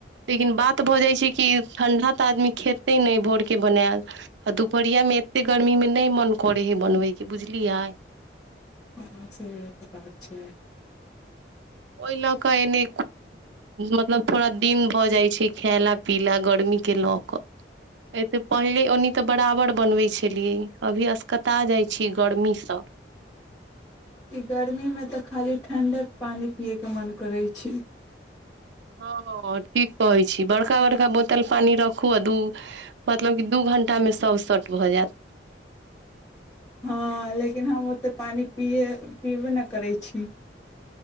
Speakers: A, on the right; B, on the left.
A: लेकिन बात भऽ जाइत छै कि ठण्डा तऽ आदमी खेतै नहि भोरके बनायल आ दुपहरियामे एतेक गर्मीमे नहि मन करैत हइ बनबैके बुझलियै
B: हँ सेएहसभ बात छै
A: ओहि लऽ कऽ एन्ने मतलब थोड़ा दिन भऽ जाइ छै खयला पीला गर्मीके लऽ कऽ एहिसँऽ पहिले ओनी तऽ बराबर बनबै छलियै अभी अस्कता जाइ छीयै गर्मीसँ
B: ई गरमीमे तऽ खाली ठण्ढे पानि पियैके मोन करै छै
A: हँ ठीक कहैत छी बड़का बड़का बोतल पानि रखू आ दू मतलब कि दू घंटामे सभ स भऽ जायत
B: हँ लेकिन हम ओतेक पानि पियए पीबे नहि करै छी